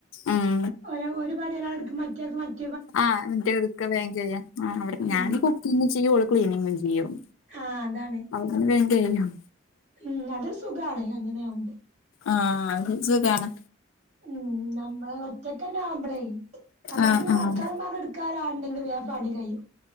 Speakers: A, on the left; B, on the right.
A: ഉം
B: ഒ ഒര് പണി ഒരാൾ എടുക്കും മറ്റെയാൾക്ക് മറ്റ്
A: ആഹ് മറ്റെ എടുക്ക വേഗം കഴിയാ ആ ഞാൻ
B: ഉം
A: കുക്കിങ്ങ് ചെയ്യും ഓള് ക്ലീനിങ്ങും ചെയ്യും
B: ആ അതാണ്
A: അവള് പിന്നെ വേഗം കഴിയും
B: ഉം അത് ഒര് സുഖാണ് അങ്ങനെയാമ്പോ
A: ആഹ് അത് സുഖാണ്
B: ഉം നമ്മള് ഒറ്റക്കന്നെ ‌ ആവുമ്പളെ നമ്മുക്കിങ്ങ്
A: ആ ആ
B: വർത്താനം പറഞ്ഞ് എടുക്കാന് ആര് ണ്ടെങ്കി വേം പണി കയ്യും